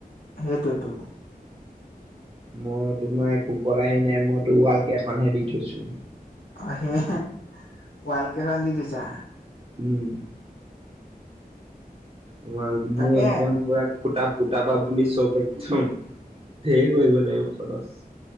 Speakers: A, on the left; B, on the right.
A: সেইটোৱেতো।
B: মই তোমাৰ একোকৰাই নাই মইতো ৱাল কেইখনহে দি থৈছো।
A: অ' সেয়াই ওআলকেইখন দি থৈছা।
B: উম, তোমাৰ
A: তাকে
B: মোৰ একদম পুৰা খুটা পুটা বাা বুলি চব একদম। ধেৰ কৰিব লাগিব খৰচ।